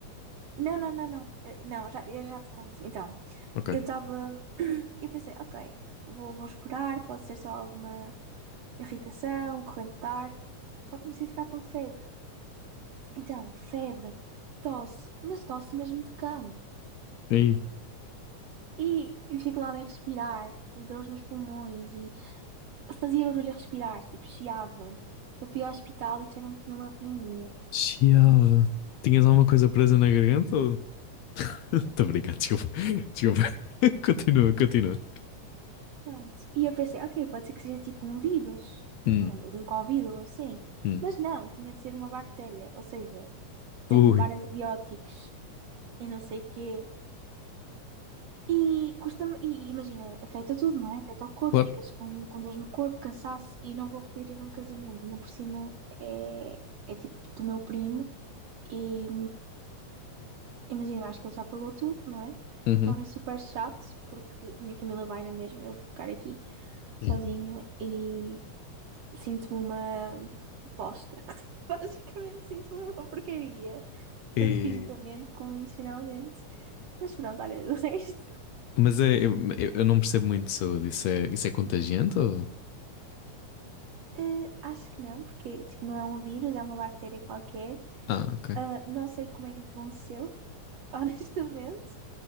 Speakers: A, on the right (about 65°); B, on the left (about 75°).
A: Não, não, não, não. Eh, Não, já, eu já te conto. Então,
B: Ok.
A: eu estava. <clears throat> <coughs> Eu pensei, ok, vou, vou esperar, pode ser só alguma irritação, corrente de ar. Só comecei a ficar com febre. Então, febre, tosse, mas tosse mesmo de cão.
B: E aí?
A: E dificuldade em respirar, e dores nos pulmões, e fazia barulho a respirar, tipo, chiava. Eu fui ao hospital e disseram que tinha uma pneumonia.
B: Chiava.
A: E
B: Tinhas alguma coisa presa na garganta ou... <laughs> Estou a brincar, desculpa. <laughs> Desculpa. <laughs> Continua, continua.
A: pronto. E eu pensei, ok, pode ser que seja tipo um vírus,
B: Hum,
A: um, um Covid ou assim.
B: hum.
A: Mas não, tinha de ser uma bactéria. Ou seja, tenho
B: Ui,
A: que tomar antibióticos e não sei o quê. E custa-me, e imagina, afeta tudo, não é? Afeta o corpo,
B: claro.
A: ficas com, com dores no corpo, cansaço e não vou poder ir a um casamento. Ainda por cima é, é tipo do meu primo. E Imagina, eu acho que ele já pagou tudo, não é?
B: Uhum.
A: Então é super chato, porque a minha família vai na mesma, eu vou ficar aqui sozinha
B: Yeah.
A: e sinto-me uma bosta. <laughs> Basicamente sinto-me uma porcaria,
B: E-
A: tanto fisicamente como emocionalmente. Mas pronto, olha, do <laughs> resto,
B: Mas é, eu, eu eu não percebo muito de saúde. Isso é, isso é contagiante ou...
A: eh, acho que não, porque tipo, não é um vírus, é uma bactéria qualquer.
B: Ah, ok.
A: Ah, não sei como é que aconteceu, <laughs> honestamente.